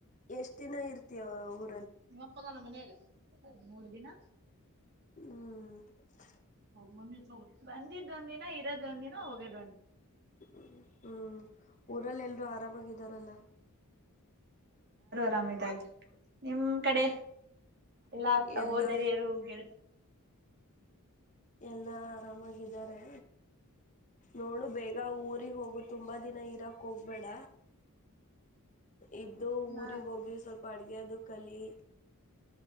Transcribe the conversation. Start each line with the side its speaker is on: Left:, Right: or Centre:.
Left: ಎಷ್ಟು ದಿನ ಇರ್ತಿ ಊ
Right: ನಿಮ್ಮಪ್ಪದಾನ ಮನಗ ಮೂರು ದಿನ
Left: ಹ್ಮ
Right: ಹೌ ಮಮ್ಮ ಹೌ ಬಂದಿದ್ದ್ ಒಂದ ದಿನ ಇರೋದ ಒಂದ ದಿನ ಹೋಗೋದು
Left: ಹ್ಮ ಹ್ಮ್ ಊರಲ್ಲೆಲ್ರೂ ಆರಾಮಾಗಿದ್ದಾರಲ್ಲ
Right: ರಾಮದಾ್ ನಿಮ ಕಡೆ. ಎಲ್ಲ ಆತಾ
Left: ಎಲ್ಲಾ
Right: ಹೋದರಿಾರ ಹ
Left: ಎಲ್ಲ ಆರಾಮಾಗಿದ್ದಾರೆ ನೋಡು ಬೇಗ ಊರಿಗೆಗ್ ಹೋಗು ತುಂಬಾ ದಿನ ಇರಕ್ ಹೋಗ್ಬೇಡ ಇದ್ದು
Right: ಹಾ
Left: ಊರಿಗೆ ಹೋಗಿ ಸ್ವಲ್ಪ ಅಡ್ಗೆ ಅದು ಕಲಿ